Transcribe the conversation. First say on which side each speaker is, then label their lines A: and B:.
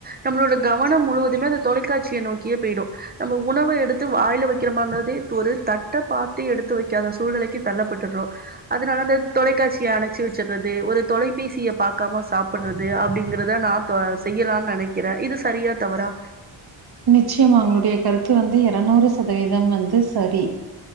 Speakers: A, on the right; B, on the right.
A: நம்மளோட கவனம் முழுவதுமே அந்த தொலைக்காட்சிய நோக்கியே போயிடு நம்ம உணவை எடுத்து வாயில வெக்கிற மாங்கிறதே ஒரு தட்டை பாத்து எடுத்து வெக்காத சூழ்நிலைக்கு தள்ளப்பட்டுறோ அதனால அந்த தொலைக்காட்சிய அணைச்சு வச்சறது ஒரு தொலைபேசியை பாக்காம சாப் படுறது அப்டிங்கிறத நான செய்யலானு நெனக்கிற இது சரியா தவறா
B: நிச்சயமா உங்களுடைய கருத்து வந்து எரநூறு சதவீதம் வந்து சரி